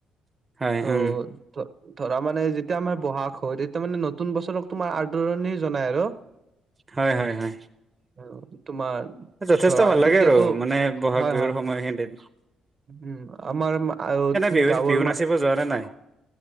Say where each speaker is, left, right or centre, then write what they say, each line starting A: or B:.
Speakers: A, on the right (about 25°); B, on the right (about 45°).
A: হয়
B: অ
A: উম
B: ধৰ ধৰা মানে যেতিয়া আমাৰ বহাগ হয় তেতিয়া মানে নতুন বছৰক তোমাৰ আদৰণি জনাই আৰু
A: হয় হয় হয়
B: অ৷ তোমাৰ
A: যথেষ্ট
B: ধৰা
A: ভাল
B: তেতিয়াতো
A: লাগে আৰু মানে বহাগ
B: হয়
A: বিহুৰ
B: হয়
A: সময়খিনত৷
B: উম আমাৰ মাঁৱত
A: বিহু
B: গাঁৱৰ
A: বিহু নাচিব
B: ম
A: যোৱা নে নাই